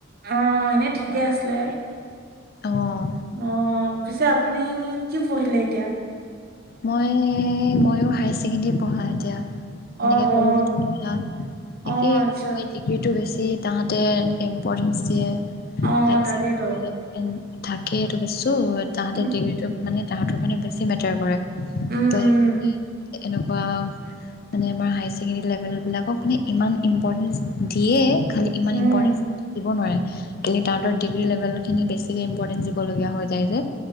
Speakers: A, on the right; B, on the left.
A: অ'এনেই ঠিকে আছিলে।
B: অ'
A: অ' পিছে আপুনি কি পঢ়িলে এতিয়া?
B: মই ময়ো হাই ছেকেণ্ডেৰী পঢ়া এতিয়া।
A: অ',
B: এনেকে কলেজতো
A: অ',
B: পঢ়া
A: অ',
B: একেই
A: আচ্ছা
B: এইটো ডিগ্ৰীতটো বেছি। যি তাহাঁতে এনেকে ইম্পৰ্টেঞ্চ দিয়ে। <unintelligible>
A: অ', তাকেতো
B: থাকে এইটো বস্তু তাহতে
A: উম,
B: ডিগ্ৰী মানে তাহাতৰপিনে বেছি চি মেটাৰ কৰে।
A: উম,
B: ত সেইখিনি এনেকুৱা মানে আমাৰ হায়াৰ ছেকেণ্ডেৰী লেভেলবিলাকক মানে ইমান ইম্পৰ্টেঞ্চ দিয়ে খালি ইমান
A: উম,
B: ইম্পৰ্টেঞ্চ থাকিব নোৱাৰে। কিন্তু তাহতৰ ডিগ্ৰী লেভেলখিনি বেছিকে ইম্পৰটেন্স দিব লগীয়া হৈ যায় যে